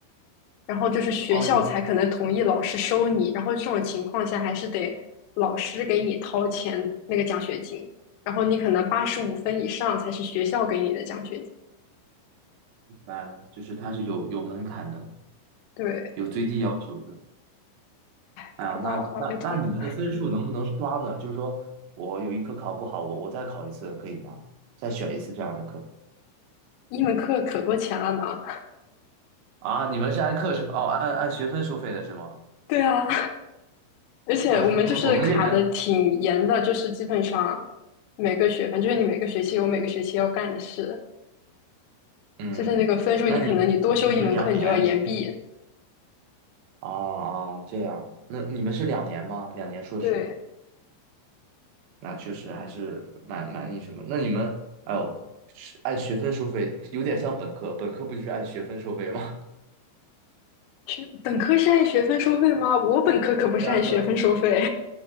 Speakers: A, on the left; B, on the right.
A: 然后就是学校才可能同意老师收你，
B: 哦，有
A: 然后这种情况下还是得老师给你掏钱那个奖学金，然后你可能八十五分以上才是学校给你的奖学金。
B: 明白了，就是他是有有门槛的，
A: 对，
B: 有最低要求的。哎呀，
A: 不知道，
B: 那那那你们的分数能不能刷呢？
A: 脑袋痛。
B: 就是说我有一科考不好，我我再考一次可以吗？再选一次这样的课
A: 一门课可多钱了呢。
B: 啊？你们是按课是哦，按按学分收费的是吗？
A: <laughs> 对啊，而且我们就是卡的挺严的，
B: 啊，<laughs> 我们这边
A: 就是基本上每个学分，就是你每个学期有每个学期要干的事，
B: 嗯，
A: 就是那个分数，
B: 那你你是两年是吗，
A: 你可能你多修一门课你就要延毕。
B: 啊啊，这样，那你们是两年吗？两年硕士，
A: 对，
B: 那确实还是蛮蛮那什么。那你们，哎呦，是按学分收费，有点像本科，本科不就是按学分收费吗？
A: 学本科是按学分收费吗？我本科可不是按学分收费，
B: <laughs> 对啊，对啊，